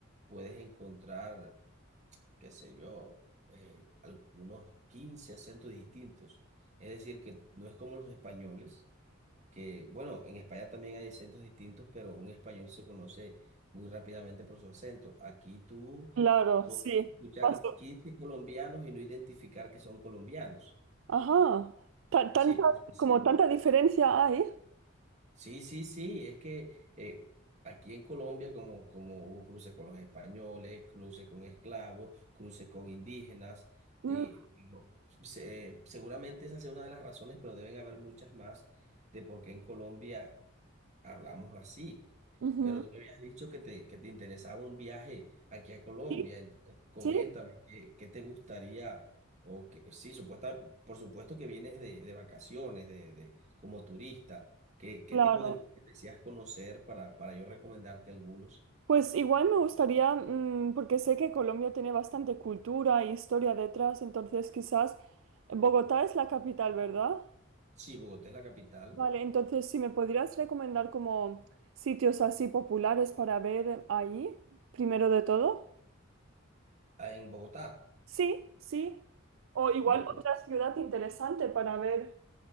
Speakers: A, on the right (about 35°); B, on the right (about 65°).
A: puedes encontrar qué sé yo, eh, algunos 15 acentos distintos. Es decir, que no es como los españoles, que, bueno, en España también hay acentos distintos, pero un español se conoce muy rápidamente por su acento. Aquí tú
B: Claro,
A: puedes
B: sí.
A: escuchar
B: Paso.
A: 15 colombianos y no identificar que son colombianos.
B: Ajá. Tan-
A: Sí,
B: tanta,
A: por su acento.
B: como tanta diferencia hay.
A: Sí, sí, sí, es que eh, aquí en Colombia, como, como hubo cruces con los españoles, cruces con esclavos, cruces con indígenas,
B: Mm,
A: y no- se- seguramente esa es una de las razones, pero deben haber muchas más de por qué en Colombia hablamos así.
B: ujú.
A: Pero tú me habías dicho que te, que te interesaba un viaje aquí a Colombia.
B: Sí,
A: Entonces, coméntame
B: sí,
A: qué, qué te gustaría, o que sí, supuesta, por supuesto que vienes de, de vacaciones, de, de, como turista. ¿Qué, qué
B: claro.
A: tipo de lugares deseas conocer para, para yo recomendarte algunos?
B: Pues igual me gustaría, mm, porque sé que Colombia tiene bastante cultura e historia detrás, entonces quizás Bogotá es la capital, ¿verdad?
A: Sí, Bogotá es la capital.
B: Vale, entonces si me podrías recomendar como sitios así populares para ver ahí, primero de todo.
A: Ah, En Bogotá.
B: Sí, sí. O igual
A: Bueno,
B: otra ciudad interesante para ver.